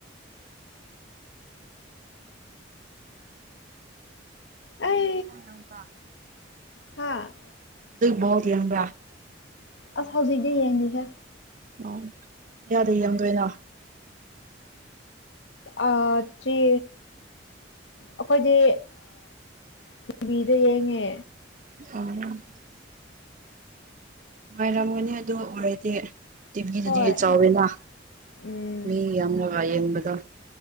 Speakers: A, on the left (about 70°); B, on the right (about 45°).
A: ꯑ
B: ꯑ ꯌꯥꯥ
A: ꯍꯥꯥ
B: ꯕꯣꯜ ꯌꯦꯡꯕꯔꯥ
A: ꯑꯁ ꯍꯧꯖꯤꯛ ꯇꯤ ꯌꯦꯡꯗꯦꯍꯦ
B: <unintelligible> ꯌꯦꯡꯗꯣꯏꯅꯣ
A: ꯑ ꯆꯦ ꯑꯩꯈꯣꯏꯗꯤ ꯇꯤꯚꯤꯗ ꯌꯦꯡꯉꯦ
B: ꯑꯣ ꯅꯨꯡꯉꯥꯏꯔꯝꯒꯅꯤ ꯑꯗꯨ ꯑꯣꯏꯔꯗꯤ ꯇꯤꯕꯤꯗꯨꯗꯤ
A: ꯍꯣꯏ
B: ꯆꯥꯎꯋꯦꯅ
A: ꯎꯝ
B: ꯃꯤ ꯌꯥꯝꯅ ꯋꯥꯥꯏ ꯌꯦꯡꯕꯗ